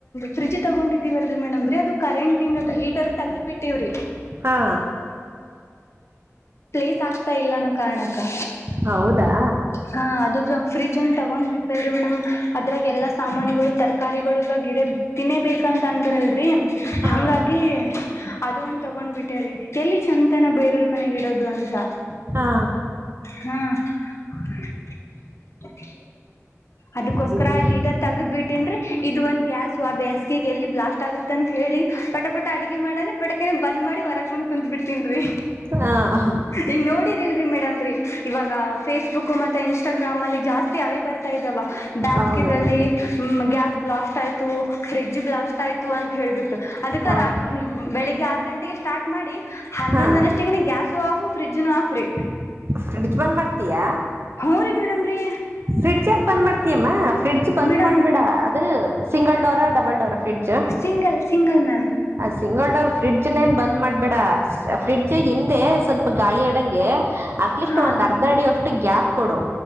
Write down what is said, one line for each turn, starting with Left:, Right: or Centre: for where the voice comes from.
Left: ಫ್ರಿಜ್ ತಗೊಂಡಿದ್ದೀವಲ್ರರಿ ಮೇಡಮ್ ರೀ ಅದು ಕರೆಂಟ್ ಇನದು ಹೀಟರ್ ತಗ್ದ ಬಿಟ್ಟೀವ್ರಿ
Right: ಹಾ
Left: ಪ್ಲೇಸ್ ಆಗ್ತಾ ಇಲ್ಲಾನೂ ಕಾರಣಕ್ಕಾ
Right: ಹೌದಾ
Left: ಹಾ ಅದುಾಗ ಫ್ರಿಜ್ ಅಂದ ತಗೊಂಡ್ ಬಿಟ್ವಲ್ರಿ ಮೇಡಮ್ ಅದ್ರಾಗ ಎಲ್ಲಾ ಸಾಮಾನುಗಳು ತರಕಾರಿಗಳು ಇವಾಗ ಗಿಡ ತಿನೇ ಬೇಕಂತ ಅಂದ್ರಲ್ರರಿ
Right: ಹಾ
Left: ಹಂಗಾಗಿ ಅದು ಒಂದು ತಗೊಂಡ್ಬಿಟ್ಟೇರಿೀ ಎಲ್ಲಿ ಚಂದನ ಬೇರೆಯವ್ರ ಮನೆಗ ಇಡೋದು. <unintelligible>
Right: ಹಾ
Left: ಹ್ಮ <unintelligible> ಅದಕ್ಕೋಸ್ಕರ
Right: ಅಂದ್ರೆ
Left: ಹೀಟರ್ ತಗದ್ ಬಿಟ್ಟಿನ್ರೀ ಇದು ಒಂದ್ ಗ್ಯಾಸು ಅ ಬ್ಯಾಸ್ಗೆಗೆ ಎಲ್ಲಿ ಬ್ಲಾಸ್ಟ್ ಆಗುತಂತ್ಹೇಳಿ ಪಟ ಪಟ ಅಡಗೆ ಮಾಡನ ಪಟಕ್ಕನೆ ಬಂದ್ ಮಾಡಿ ಹೊರಗ್ ಬಂದ್ ಕುಂತ್ ಬಿಡ್ತಿನ್ ರೀ
Right: ಹಾ
Left: ಈಗ ನೋಡಿರಿಲ್ರರಿ ಮೇಡಮ್ರೀ ಇವಾಗ ಫೇಸ್ಬುಕ್ ಮತ್ತೆ ಇನ್ಸ್ಟಾಗ್ರಾಮ್ ಅಲ್ಲಿ ಜಾಸ್ತಿ ಅವೇ ಬರ್ತೇ ಇದ್ದಾವ ಬ್ಯಾಸ್ಕಿದಲ್ಲಿ
Right: ಹೌದು
Left: ಮ್ ಗ್ಯಾಸ್ ಬ್ಲಾಸ್ಟ್ ಆಯ್ತು ಫ್ರಿಡ್ಜ್ ಬ್ಲಾಸ್ಟ್ ಆಯ್ ಒಂದ್ ಹೇಳ್ಬಿಟ್ಟು ಅದಕ
Right: ಹೌದು
Left: ರಾ ಬೆಳಿಗ್ಗೆ ಆರು ಗಂಟೆಗೆ ಸ್ಟಾರ್ಟ್ ಮಾಡಿ ಹನ್ನೊಂದ್
Right: ಹಾ
Left: ಅನಷ್ಟಿಗಿನ ಗ್ಯಾಸು ಆಫು ಫ್ರಿಜ್ನು ಆಫ್ ರಿ
Right: ಫ್ರಿಡ್ಜ್ ಬಂದ್ ಮಾಡ್ತೀಯಾ?
Left: ಹು ರಿ ಮೇಡಂ ರಿ
Right: ಫ್ರಿಜ್ ಯಾಕ ಬಂದ ಮಾಡ್ತೀಿಯಮ್ಮ ಫ್ರಿಡ್ಜ್ ಬಂದ್ಬೇಡ
Left: ಮೇಡಮ್
Right: ಅದು single door double door fridge.
Left: Single single ma'am.
Right: Single door ಫ್ರಿಡ್ಜ್ನಏನ್ ಬಂದ್ ಮಾಡ್ಬೇಡ ಫ್ರಿಡ್ಜ ಹಿಂದೆ ಸ್ವಲ್ಪ ಗಾಳಿ ಆ ಅಂದಗ್ಗೆ ಅಕ್ಲಸ್ಟ್
Left: ಹಾ
Right: ಒಂದ್ ಅರ್ಧ ಅಡಿ ಅಷ್ಟು ಗ್ಯಾಪ್ ಕೊಡು.